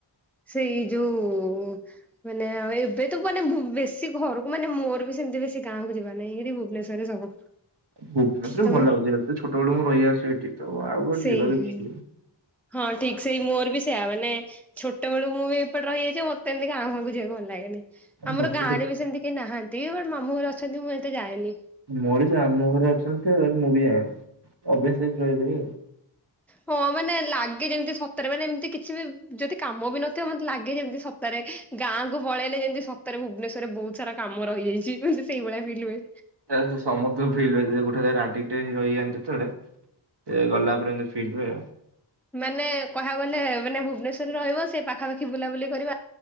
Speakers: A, in the centre; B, on the right.
A: ସେଇ ଯୋଉ ମାନେ ଆଉ ଏବେ ତ ମାନେ ଭୂ ବେଶୀ ଘରକୁ ମାନେ ମୋର ବି ସେମିତି ବେଶୀ ଗାଁ କୁ ଯିବାନହିଁ ଏଠି ଭୁବନେଶ୍ୱରରେ ସବୁ।
B: ଭୁବନେଶ୍ଵରରେ
A: ତମେ
B: ଭଲ ଲାଗୁଛି ଯେହେତୁ ଛୋଟବେଳୁ ମୁଁ ରହି ଆସୁଚି ଏଠି। ତ ଆଉ କୁଆଡେ
A: ସେଇ
B: ଯିବାକୁ ଇଚ୍ଛା ନାହିଁ।
A: ହଁ ଠିକ ସେଇ ମୋର ବି ସେଇୟା ମାନେ ଛୋଟବେଳୁ ମୁଁ ବି ଏପଟେ ରହିଯାଇଛି ମତେ ଏମତି ଗାଁ ଫାଁ କୁ ଯିବାକୁ ଭଲ ଲାଗେନି। ଆମର
B: ମତେ
A: ଗାଁରେ
B: ସେ
A: ବି ସେମିତି କେହି ନାହାନ୍ତି ବଟ୍ ମାମୁଁ ଘରେ ଅଛନ୍ତି ମୁଁ ଏତେ ଯାଏନି।
B: ମୋର ସେ ମାମୁଁ ଘରେ ଅଛନ୍ତି ମୁଁ ବି ଯାଏନି ଅଭ୍ୟାସ <unintelligible>
A: ହଁ ମାନେ ଲାଗେ ଯେମିତି ସତରେ ମାନେ ଏମିତି କିଛି ବି ଯଦି କାମ ବି ନଥିବ ମତେ ଲାଗେ ଯେମିତି ସ ସତରେ ଗାଁ କୁ ପଳେଇଲେ ଯେମିତି ସତରେ ଭୁବନେଶ୍ଵରରେ ବହୁତ ସାରା କାମ ରହିଯାଇଛି ମୋତେ ସେଇଭଳିଆ ଫିଲ ହୁଏ।
B: ସେଇରା ସମସ୍ତେ ଙ୍କୁ ଫିଲ୍ ହୁଏ ଗୋଟେ ଜାଗାରେ ଆଡିଟେକ୍ଟ ହେଇଯାନ୍ତି ଯେତେବେଳ ସେ ଗଲା ପରେ ଏମତି ଫିଲ୍ ହୁଏ।
A: ମାନେ ତାହା ଗଲେ ମାନେ ଭୁବନେଶ୍ବରରେ ରହିବ ସେ ପାଖାପାଖି ବୁଲାବୁଲି କରିବ।